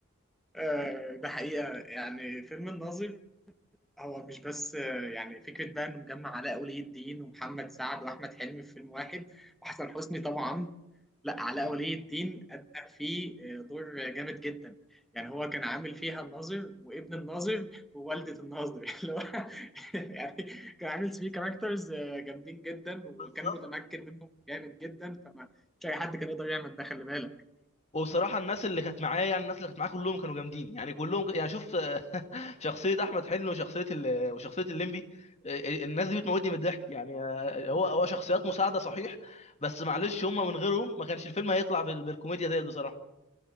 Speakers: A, in the centre; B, on the left.
A: آه، ده حقيقة يعني فيلم الناظر هو مش بس آه، يعني فكرة بقى إنه مجمع علاء ولي الدين ومحمد سعد وأحمد حلمي في فيلم واحد وحسن حسني طبعا لا علاء
B: مم.
A: ولي الدين أدى فيه آه، دور جامد جدا يعني هو كان عامل فيها الناظر وابن الناظر ووالدة الناظر <laughs> اللي هو يعني كان عامل فيه كاركترز جامدين جدا وكان
B: بالظبط
A: متمكن منهم جامد جدا فما مش أي حد كان يقدر يعمل ده خلي بالك
B: وبصراحه الناس اللي كانت معايا يعني الناس اللي كانت معايا كلهم كانوا جامدين يعني كلهم يعني شوف <laughs> شخصيه احمد حلمي وشخصيه ال... وشخصيه الليمبي آه، آه، الناس دي بتموتني من الضحك يعني آه، هو هو شخصيات مساعده صحيح بس معلش هم من غيرهم ما كانش الفيلم هيطلع بال... بالكوميديا ديت بصراحه